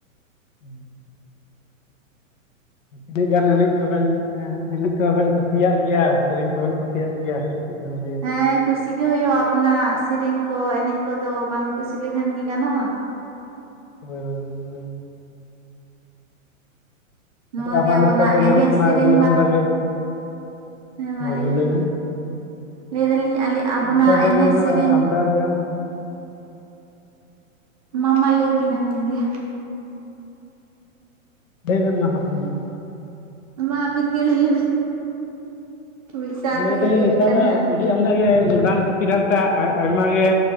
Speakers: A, on the left; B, on the right.
A: ᱩᱸ ᱛᱤᱱᱟᱹᱜ ᱜᱟᱱ ᱮᱱᱮᱡ ᱠᱚᱵᱮᱱ ᱮᱸ ᱮᱱᱮᱡ ᱠᱚᱵᱮᱱ ᱠᱩᱥᱤᱭᱟᱜ ᱜᱮᱭᱟ ᱥᱮᱨᱮᱧ ᱠᱚᱵᱮᱱ ᱠᱩᱥᱤᱭᱟᱜ ᱜᱮᱭᱟ? ᱪᱤᱜ ᱵᱮᱱ ᱞᱟᱹᱭᱟ?
B: ᱦᱮᱸ ᱠᱩᱥᱤ ᱜᱮ ᱦᱩᱭᱩᱜ-ᱟ ᱟᱵᱚᱱᱟᱜ ᱥᱮᱨᱮᱧ ᱠᱚ ᱮᱱᱮᱡ ᱠᱚᱫᱚ ᱵᱟᱝ ᱠᱩᱥᱤ ᱞᱮᱠᱷᱟᱱ ᱠᱤ ᱜᱟᱱᱚᱜ-ᱟ
A: ᱦᱳᱭ ᱦᱳᱭ ᱢᱳᱭ
B: ᱱᱚᱣᱟ
A: ᱟᱵᱟᱨ
B: ᱜᱮ ᱟᱵᱚᱱᱟᱜ
A: ᱱᱮᱛᱟᱨ ᱫᱚ ᱧᱮᱞᱚᱜ
B: ᱮᱱᱮᱡ
A: ᱠᱟᱱᱟ
B: ᱥᱮᱨᱮᱧ
A: ᱟᱹᱰᱤ
B: ᱵᱟ
A: ᱟᱢᱫᱟ ᱜᱮ
B: ᱦᱮᱸ ᱢᱟ
A: ᱦᱳᱭ
B: ᱞᱟᱹᱭ
A: ᱦᱳᱭ
B: ᱵᱤᱱ
A: ᱞᱟᱹᱭᱵᱮᱱ
B: ᱞᱟᱹᱭ ᱫᱟᱞᱤᱧ ᱟᱞᱮ ᱟᱵᱚᱱᱟᱜ
A: ᱱᱮᱛᱟᱨ ᱫᱚ
B: ᱮᱱᱮᱡ
A: ᱧᱮᱞ ᱵᱮᱱ
B: ᱥᱮᱨᱮᱧ
A: ᱦᱟᱜ ᱟᱢᱫᱟ ᱜᱟᱱ
B: ᱢᱟ ᱢᱟ ᱞᱮᱭᱵᱤᱱ ᱟᱹᱵᱤᱱ ᱜᱮ
A: ᱞᱟᱹᱭ ᱵᱮᱱ ᱢᱟ ᱟᱵᱮᱱ ᱜᱮ
B: ᱢᱟ ᱟᱹᱵᱤᱱ ᱜᱮ ᱞᱟᱹᱭ ᱵᱤᱱ ᱢᱤᱜ ᱥᱟᱶ
A: ᱞᱟᱹᱭ
B: ᱛᱮᱜᱮ
A: ᱫᱟᱞᱤᱧ
B: ᱞᱟᱹᱭᱳᱜ
A: ᱱᱮᱛᱟᱨ
B: ᱠᱟᱱᱟ
A: ᱫᱚ ᱟᱹᱰᱤ ᱟᱢᱫᱟ ᱜᱮ ᱢᱚᱰᱟᱱ ᱠᱷᱟᱹᱛᱤᱨᱟᱱᱛᱮ ᱟᱭ ᱟᱭᱢᱟ ᱜᱮ